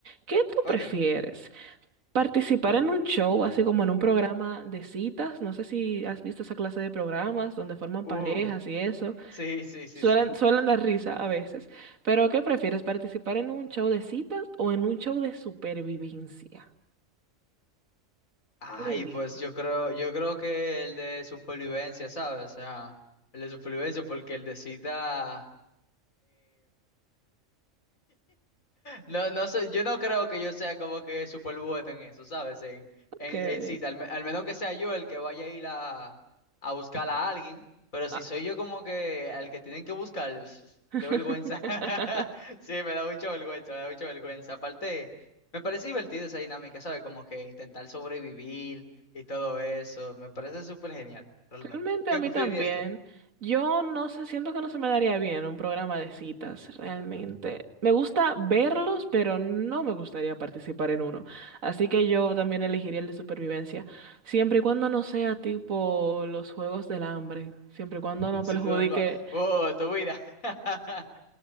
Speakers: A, on the right (about 85°); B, on the left (about 85°).
A: ¿Qué tú
B: Ok.
A: prefieres? ¿Participar en un show, así como en un programa de citas? No sé si has visto esa clase de programas donde forman
B: Uh,
A: parejas y eso.
B: sí, sí, sí,
A: Suelen,
B: sí.
A: suelen dar risa a veces. Pero ¿qué prefieres? ¿Participar en un show de citas o en un show de supervivencia?
B: Ay,
A: Qué lindo.
B: pues yo creo, yo creo que el de supervivencia, ¿sabes? O sea, el de supervivencia, porque el de cita, No, no sé, yo no creo que yo sea como que super bueno en eso, ¿sabes? En, en,
A: Que...
B: en cita, al, me- al menos que sea yo el que vaya a ir a, a buscar a alguien, pero si
A: ah.
B: soy yo como que al que tienen que buscar, s-
A: <laughs>
B: qué vergüenza. <laughs> Sí, me da mucha vergüenza, me da mucha vergüenza. Aparte, me parece divertido esa dinámica, ¿sabes? Como que intentar sobrevivir y todo eso, me parece súper genial, realmente.
A: Realmente
B: ¿Qué
A: a mí
B: preferirías
A: también.
B: tú?
A: Yo no sé, siento que no se me daría bien un programa de citas, realmente. Me gusta verlos, pero no me gustaría participar en uno. Así que yo también elegiría el de supervivencia, siempre y cuando no sea tipo los Juegos del Hambre, siempre y cuando
B: <laughs>
A: no perjudique
B: Sin duda, alma- oh, tu vida. <laughs>